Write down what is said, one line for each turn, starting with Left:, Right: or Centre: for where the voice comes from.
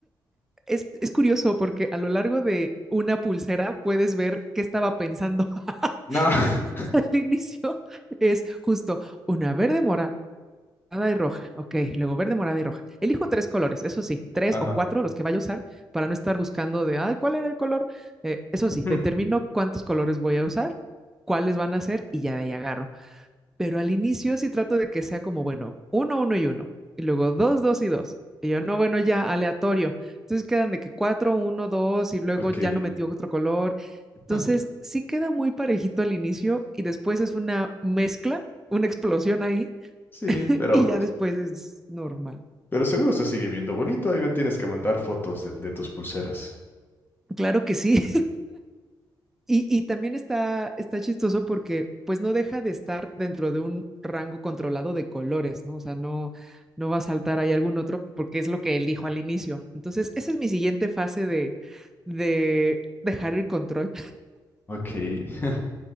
Centre: es, es curioso porque a lo largo de una pulsera puedes ver qué estaba pensando
Left: no.
Centre: <laughs>
Left: <laughs>
Centre: al inicio. Es justo una verde morada y roja, ok, luego verde, morada y roja. Elijo tres colores, eso sí, tres
Left: Ajá.
Centre: o cuatro los que vaya a usar para no estar buscando de, ay, ¿cuál era el color? Eh, eso sí,
Left: <laughs>
Centre: determino cuántos colores voy a usar, cuáles van a ser y ya de ahí agarro. Pero al inicio sí trato de que sea como, bueno, uno, uno y uno. Y luego dos, dos y dos. Y yo, no, bueno, ya, aleatorio. Entonces quedan de que cuatro, uno, dos, y luego
Left: Ok.
Centre: ya no metió otro color.
Left: <laughs>
Centre: Entonces sí queda muy parejito al inicio y después es una mezcla, una explosión ahí,
Left: Sí, pero
Centre: y ya después es normal.
Left: Pero seguro se sigue viendo bonito. Ahí me tienes que mandar fotos de, de tus pulseras.
Centre: Claro que sí, Y, y también está, está chistoso porque pues no deja de estar dentro de un rango controlado de colores, ¿no? O sea, no, no va a saltar ahí algún otro porque es lo que él dijo al inicio. Entonces, esa es mi siguiente fase de, de dejar el control.
Left: Ok, <laughs>